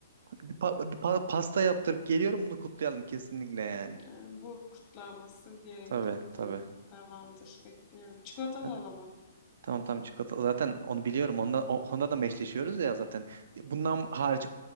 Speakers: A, on the right (about 55°); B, on the left (about 35°).
A: Bir, pa- bir pa- pasta yaptırıp geliyorum bunu kutlayalım kesinlikle yani.
B: Ee, Bu kutlanması gerekli
A: Tabii
B: bir konu.
A: tabii.
B: Tamamdır, bekliyorum. Çikolatalı
A: Hadi.
B: olamam.
A: Tamam tamam çikolata. Zaten onu biliyorum. Onda, o konuda da meşleşiyoruz ya zaten. Bundan hariç